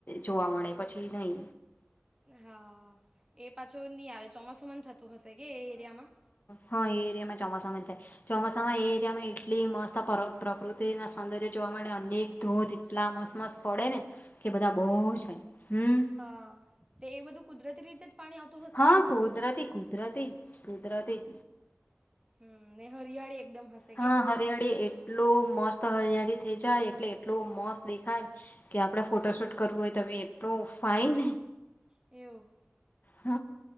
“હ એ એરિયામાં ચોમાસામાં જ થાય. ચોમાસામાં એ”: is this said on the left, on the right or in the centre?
Left